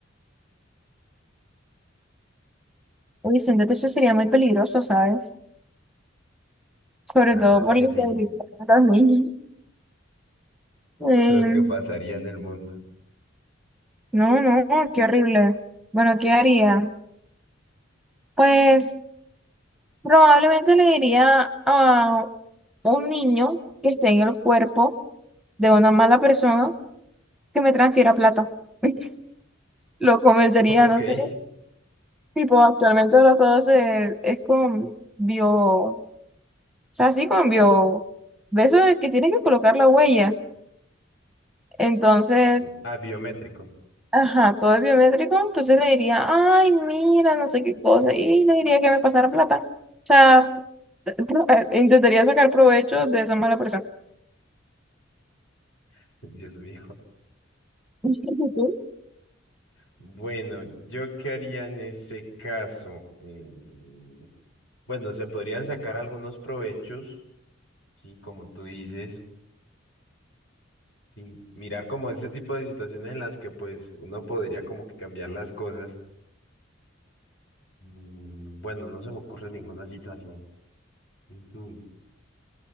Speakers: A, in the centre; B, on the left.
A: Uy, siento que eso sería muy peligroso, ¿sabes? Sobre
B: La
A: todo
B: verdad es
A: por
B: que
A: la integridad
B: sí,
A: de los niños. Em,
B: lo que pasaría en el mundo. <laughs>
A: No, no, qué horrible. Bueno, ¿qué haría? Pues probablemente le diría a un niño que esté en el cuerpo de una mala persona que me transfiera plata. <laughs> Lo convencería,
B: Ok,
A: no
B: eh,
A: sé. Tipo, actualmente ahora todo se, es con bio, o sea, sí, con bio, de eso de que tienes que colocar la huella. Entonces,
B: ah, biométrico.
A: ajá, todo es biométrico, entonces le diría, ay, mira, no sé qué cosa, y le diría que me pasara plata. O sea, <laughs> Intentaría sacar provecho de esa mala persona.
B: <laughs> Dios mío.
A: <laughs> ¿Tú?
B: Bueno, ¿yo qué haría en ese caso? Eh, bueno, se podrían sacar algunos provechos, sí, como tú dices. Sí, mirar como ese tipo de situaciones en las que pues uno podría como que cambiar las cosas. Mm, Bueno, no se me ocurre ninguna situación. Ujú.